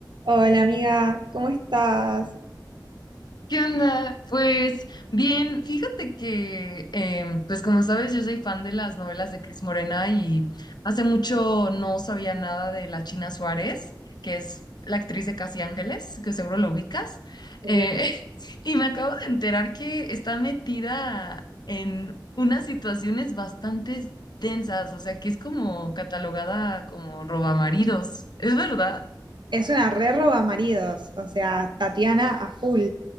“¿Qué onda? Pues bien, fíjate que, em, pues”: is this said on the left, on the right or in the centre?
Left